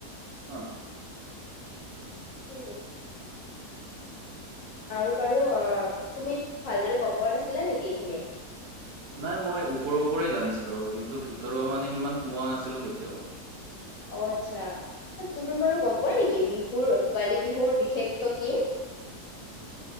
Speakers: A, on the right; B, on the left.
A: অ',
B: উম, আৰু বাৰু অ তুমি ভালদৰে গম পোৱা নাছিলা নেকি এইখিনিয়ে?
A: নাই মই ওপৰৰ ওপৰেই জানিছিলোঁ আৰু কিন্তু ভিতৰুৱা মানে সিমান সোমোৱা নাছিলোঁ কেতিয়াও।
B: অ, আচ্ছা তুমি বাৰু গম পোৱা নেকি বিহুৰ ভোগালী বিহুৰ বিশেষত কি?